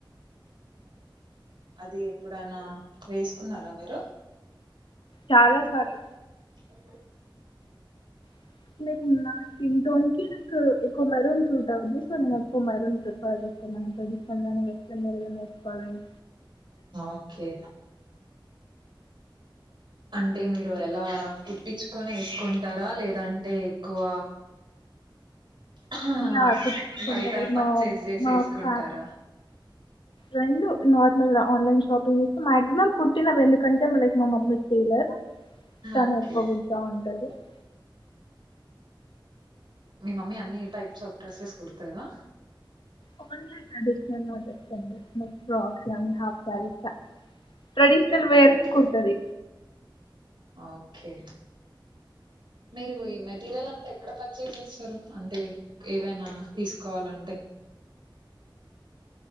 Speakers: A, on the right; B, on the left.
A: అది ఎప్పుడనా వేసుకున్నారా మీరు
B: చాలా సార్లు
A: <inaudible>
B: <inaudible> స్కింటోన్కి నాకు ఎక్కువ మెరూన్ సూట్ అవదు సో నేను ఎక్కువ మెరూన్ ప్రిఫర్ చేస్తాను ఏమన్నా ట్రెడిషనల్ కానీ వెస్ట్రన్వేర్ కానీ వేసుకోవాలనీ
A: ఓకే అంటే మీరు ఎలా కుట్టించుకొని ఏసుకుంటరా లేదంటే ఎక్కువ ఆ
B: యా కుట్టించుకుంటా
A: బయట
B: లైక్
A: పర్చేస్
B: మా
A: చేసి
B: మా
A: ఏసుకుంటారా.
B: ఫ్యా రెండు నార్మల్ ఆన్లైన్ షాపింగ్ చేస్తే మాక్సిమం కుట్టినవి ఎందుకంటే మ లైక్ మామమ్మీ టేలర్. తను
A: ఓకే
B: ఎక్కువ కుడుతా ఉంటది <inaudible>
A: మీ మమ్మీ అన్ని టైప్స్ ఆఫ్ డ్రెస్సెస్ కుడతారా
B: ఆన్లైన్ ట్రెడిషనల్లో నో డ్రెస్ అండి లైక్ ఫ్రాక్స్ కానీ half saris. Traditional wear
A: okay
B: కుడుతది
A: ఓకే మీరు ఈ మెటీరియల్ అంతా ఎక్కడ పర్చేస్ చేస్తారు అంటే ఏవైనా తీసుకోవాలంటే